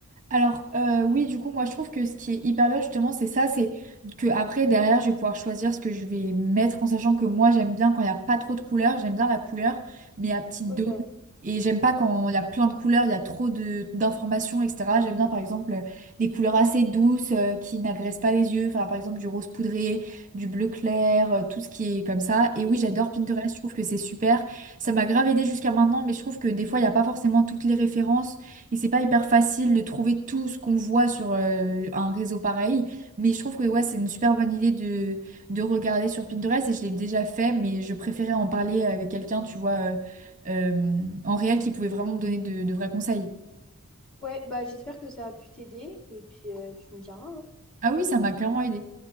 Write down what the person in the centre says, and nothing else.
Ok.
Ouais, bah j'espère que ça a pu t'aider et puis euh, tu me diras, hein.